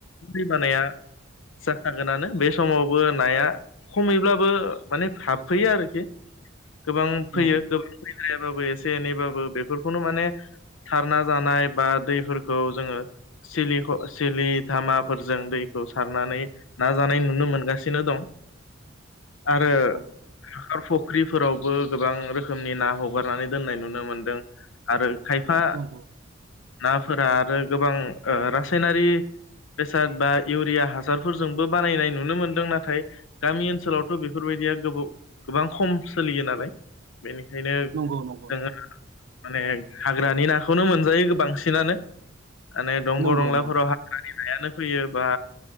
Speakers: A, on the left; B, on the right.
A: दैबानाया जाखागोनानो बे समावबो नाया खमैब्लाबो माने हाबफैयो आरोखि गोबां
B: नंगौ
A: फैयो गोबां फै जायाबाबो एसे एनैबाबो बेफोरखौनो माने सारना जानाय बा दैफोरखौ जोङो सिलि ख सिलि धामाफोरजों दैखौ सारनानै नाजानाय नुनो मोनगासिनो दं आरो
B: नंगौ
A: हाखार फुख्रिफोरावबो गोबां रोखोमनि ना हगारनानै दोननाय नुनो मोनदों आरो खायफा
B: नंगौ नंगौ
A: नाफोरा आरो गोबां ओ रासायनारि बेसाद बा इउरिया हासारफोरजोंबो बानायनाय नुनो मोनदों नाथाय गामि ओनसोलावथ' बेफोरबायदिया गोबाव गोबां खम सोलियो नालाय बेनिखायनो नोङो
B: नंगौ नोंथां
A: माने हाग्रानि नाखौनो मोनजायो बांसिनानो माने दंग'
B: नंगौ
A: दंलाफोराव
B: नंगौ
A: हा <unintelligible> नायानो फैयो बा